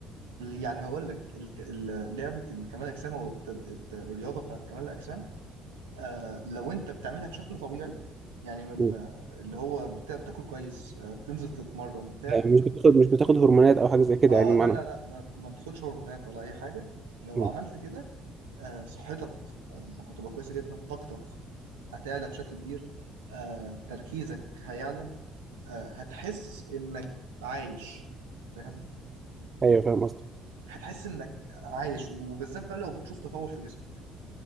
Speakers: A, on the right; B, on the right.
A: يعني هقول لك ال- ال- لعبة كمال الاجسام او الت- الت- الرياضة بتاعت كمال الاجسام آه لو انت بتعملها بشكل طبيعي يعني م-
B: مم.
A: م- اللي هو بتا بتاكل كويس آه تنزل تتمرن بتاع
B: آه، مش بتاخد مش بتاخد هرمونات او حاجة زي كده
A: اه
B: يعني معنى
A: لا لا لا ما, ما بتاخدش هرمونات ولا اي حاجه لو
B: مم.
A: عملت كده آه صحتك آه هتبقى كويسه جدا طاقتك هتعلى بشكل كبير آه تركيزك هيعلى آه هتحس انك عايش فاهم
B: ايوه فاهم قصدي
A: هتحس انك عايش وبالذات بقى لو بتشوف تطور في جسمك